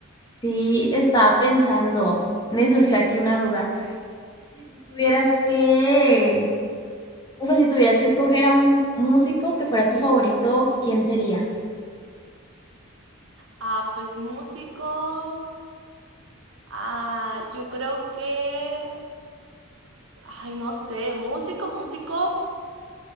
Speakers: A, on the left; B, on the right.
A: Sí, estaba pensando, me surgió aquí una duda. Si tú tuvieras que, o sea, si tuvieras que escoger a un músico que fuera tu favorito, ¿quién sería?
B: Ah, pues músico, ah, yo creo que, ay, no sé, músico, músico.